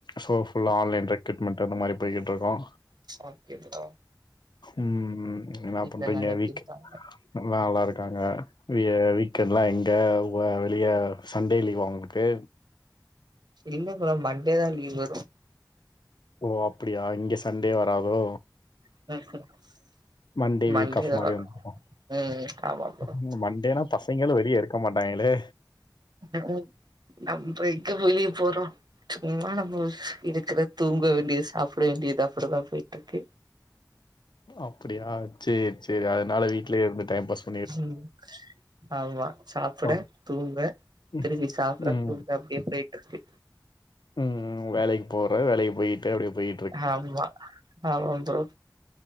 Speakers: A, on the left; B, on the right.
A: so ஃபுல்லா ஆன்லைன் ரெக்ரட்மெண்ட் அந்த மாரி போயிகிட்டிருக்கோ இருக்கோம்
B: ஓகே ப்ரோ
A: ம் ம் இன்ன
B: வீட்ல
A: பண்றீங்க
B: எல்லாரு எப்டி
A: வீக்
B: இருக்காங்க
A: நல்லா நல்லாருக்காங்க வீ வீக்கெண்ட்லா எங்க வ வெளிய சண்டே லீவா ஒங்களுக்கு
B: இல்ல ப்ரோ மண்டே தா லீவு
A: ஓ அப்புடியா இங்க சண்டே வரதோ
B: <unintelligible>
A: மண்டே வீக் ஆப்
B: தா
A: மாரி
B: வரு
A: வந்துருவோ
B: ம் ஆமா ப்ரோ
A: ம் மண்டேனா பஸ் இவிங்களு வெளியே இருக்க மாட்டாங்களே
B: ம் நம்ப எங்க வெளிய போறோ சும்மா நம்ப இருக்கற தூங்க வேண்டியது சாப்பிட வேண்டியது அப்புடி தா போயிட்ருக்கு
A: அப்புடியா சேரி சேரி அதனால வீட்லயே இருந்துடே பஸ்
B: ம் ஆமா சாப்புட
A: ஓ
B: தூங்க
A: ம்
B: திருப்பி சாப்பற
A: ம்
B: தூங்க அப்டியே போயிட்டிருக்கு
A: ம் வேலைக்கு போற வேலைக்கு போயிட்டு அப்டியே போயி
B: ஆமா ஆமாம் ப்ரோ